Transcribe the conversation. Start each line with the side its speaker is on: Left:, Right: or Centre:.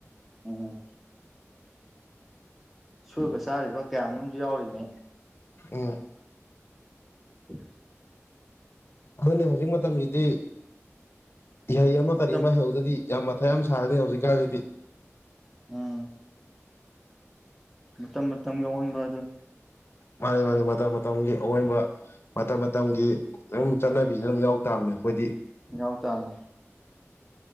Centre: ꯎꯝ ꯁꯨꯔꯒ ꯆꯥꯔꯤꯕ ꯀꯌꯥ ꯃꯔꯣ ꯑꯃꯁꯝꯨ ꯌꯥꯎꯔꯤꯅꯦ
Left: ꯎ
Centre: ꯎ
Left: ꯑꯗꯨꯅꯦ ꯍꯧꯖꯤꯛ ꯃꯇꯝꯁꯤꯗꯤ ꯏꯍꯩ ꯑꯃ
Centre: ꯃꯇꯝ
Left: ꯀꯔꯤ ꯑꯃ ꯍꯩꯍꯧꯗꯗꯤ ꯌꯥꯝ ꯃꯊꯛ ꯌꯥꯝ ꯁꯥꯒꯗꯅꯤ ꯍꯧꯖꯤꯛꯀꯥꯟꯒꯤꯗꯤ
Centre: ꯎꯝ ꯃꯝ ꯃꯝꯒ ꯑꯣꯟꯕ ꯑꯗꯨ
Left: ꯃꯥꯅꯤ ꯃꯥꯅꯤ ꯃꯇꯝ ꯃꯇꯝꯒꯤ ꯑꯑꯣꯟꯕ ꯃꯇꯝ ꯃꯇꯝꯒꯤ ꯑꯗꯨꯝ ꯆꯠꯅꯕꯤꯁꯦ ꯑꯗꯨꯝ ꯌꯥꯎ ꯇꯥꯕꯅꯦ ꯑꯩꯈꯣꯏꯗꯤ
Centre: ꯌꯥꯎ ꯇꯅꯤ